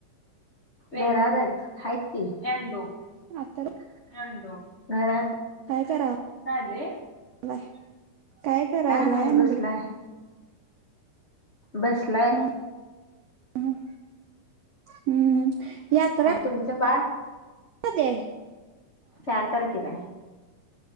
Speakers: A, on the left (about 85°); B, on the right (about 80°).
A: घरात आहेत आहेत की <unintelligible>
B: आता <unintelligible>
A: <unintelligible> घरात
B: काय करा व
A: काय आणले.
B: काय करायलाय
A: नाही
B: म्हणल?
A: बसलाय बसलाय.
B: हम्म हम् यात्रा.
A: आणि तुमचं बाळ
B: मद <unintelligible>
A: चार तारखेलाय.